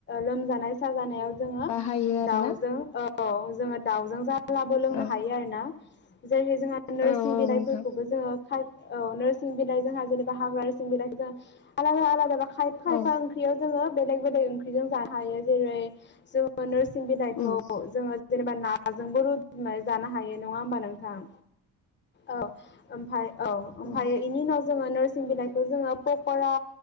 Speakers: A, on the left; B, on the left.
A: लोमजानाय साजानायाव जोङो
B: बाहायो आरोना
A: दाउजों औ जोङो दाउजों जालाबो लोंनो
B: औ
A: हायो आरोना। जेरै जोंहा नोरसिं
B: औ
A: बिलाइफोरखौबो
B: नोंथां
A: जोंङो खार औ नोरसिं बिलाइ जोंहा जेनेबा हाग्रा नोरसिं बिलाइखौ जों आलादा आलादा रो खायफा-एफा
B: औ
A: ओंख्रियाव जोङो बेलेग-बेलेग ओंख्रिजों जानो हायो जेरै जों ओ नोरसिं बिलाइखौ
B: उम
A: जोंङो जेनेबा नाजोंबो रुदनानै जानो हायो नङा ओमबा नों नोंथां औ ओमफाय औ‌
B: उम
A: इनि उनाव जों जोङो नोरसिं बिलाइखौ जोङो पक'रा